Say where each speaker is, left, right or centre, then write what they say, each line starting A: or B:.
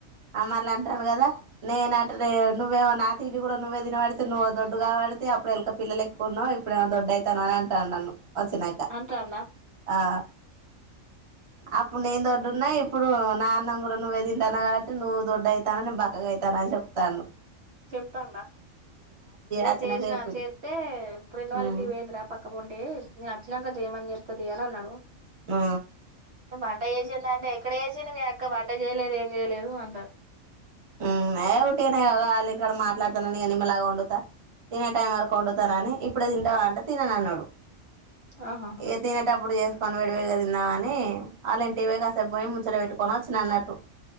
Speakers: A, on the right; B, on the right.
A: ఆ మల్ల అంటాండు కదా నేనట నువ్వే నా తిండి కూడా నువ్వే తినబడితే నువ్వేవో దొడ్డుగా పడితే అప్పుడు ఎలుక పిల్ల లెక్కున్నావ్ ఇప్పుడేమో దొడ్డు అయితా నువ్వు అని అంటాడు నన్ను వచ్చినాక
B: అంటాండా
A: ఆ అప్పుడు నేను దొడ్డున్నా ఇప్పుడు నా అన్నం కూడా నువ్వే తింటానావు కాబట్టి నువ్వు దొడ్డ అవుతాన నే బక్కగా అయితే నాని చెప్తాడు
B: చెప్తాండా అదే
A: అచ్చినంక
B: చేసినా
A: చెప్పిండు
B: చేస్తే ఫ్రెండ్ వాళ్ళంటికి
A: ఉమ్
B: పోయిందిరా పక్క పొంటి నేను వచ్చినాక చేయమని చెప్తే తీయి అన్నాడు
A: ఆ
B: వంట చేసింద అంటే ఎక్కడ చేసింది మీ అక్క వంట చేయలేదు ఏం చేయలేదు అంటాండు
A: ఉహు ఏ ఉటీగానే వాళ్ళ ఇంటి కాడ మాట్ల మాట్లాతాన ఇగ నిమ్మలంగా వండుతా తినే టైం వరకు వండుతనని ఇ ఇప్పుడు తింటావా అంటే తినను అన్నాడు
B: ఆహాహా
A: ఏ తినేటప్పుడు చేసుకొని పెడితే ఇగా తిందాము అని అలాంటి కి పోయి కాసేపు పోయి ముచ్చట పెట్టుకొని వచ్చినా అన్నటు